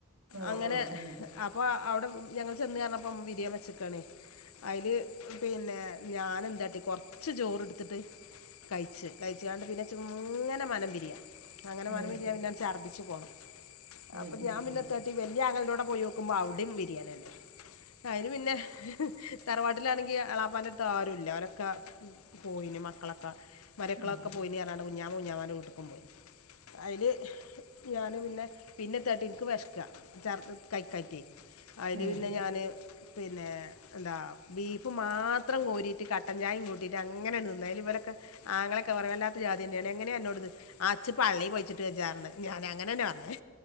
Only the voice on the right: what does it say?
ആഹ്
ആഹ്
ഉം
ഉം
ഉം
ഉം
ഉം ഉം
ഉം